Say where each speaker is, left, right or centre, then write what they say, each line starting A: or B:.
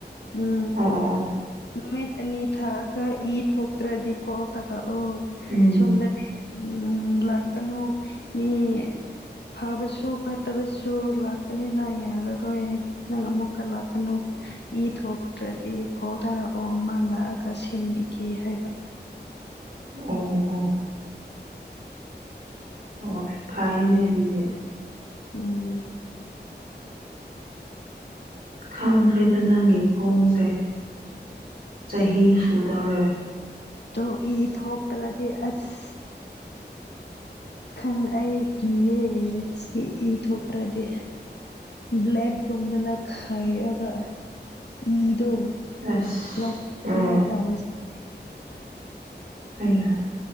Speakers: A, on the left; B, on the right.
A: ꯎꯝ
B: ꯑꯣ ꯑꯣ ꯑꯣ
A: ꯅꯨꯃꯤꯠ ꯑꯅꯤ ꯊꯛꯑꯒ ꯏ ꯊꯣꯛꯇ꯭ꯔꯗꯤꯀꯣ ꯇꯥꯔꯛꯑꯣ
B: ꯎꯝ
A: ꯁꯣꯝꯗꯗꯤ ꯎꯝ ꯎꯝ ꯂꯥꯛꯀꯅꯨ ꯃꯤ ꯐꯕꯁꯨ ꯐꯠꯇꯕꯁꯨ ꯂꯥꯛ ꯄꯅꯤꯅ ꯌꯥꯔꯔꯣꯏ ꯅꯪ ꯑꯃꯨꯛꯀ ꯂꯥꯛꯀꯅꯨ ꯏ ꯊꯣꯛꯇ꯭ꯔꯗꯤ ꯀꯣꯜ ꯇꯧꯔꯛꯑꯣ ꯃꯥ ꯂꯥꯛꯑꯒ ꯁꯤꯟꯕꯤꯒꯦ ꯍꯥꯏꯕ
B: ꯑꯣ ꯑꯣ ꯑꯣ ꯑꯣ ꯐꯌꯦꯅꯦ ꯑꯗꯨꯗꯤ
A: ꯎꯝ
B: ꯈꯪꯗ꯭ꯔꯦꯗ ꯅꯪꯒꯤ ꯈꯣꯡꯁꯦ ꯆꯍꯤ ꯁꯨꯗꯧꯔꯦ
A: ꯇꯣ ꯏ ꯊꯣꯛꯇ꯭ꯔꯗꯤ ꯑꯁ ꯈꯪ ꯑꯩ ꯀꯤꯌꯦ ꯁꯤ ꯏ ꯊꯣꯛꯇ꯭ꯔꯗꯤ ꯕ꯭ꯂꯦꯠꯒꯨꯝꯕꯅ ꯈꯥꯏꯔꯒ ꯏ ꯗꯣ
B: ꯑꯁ
A: ꯂꯧꯊꯣꯛꯅꯤꯉꯥꯏ
B: ꯑꯦ
A: ꯇꯧꯔꯁꯦ ꯍꯥꯏꯌꯦ
B: ꯑꯩꯌꯥ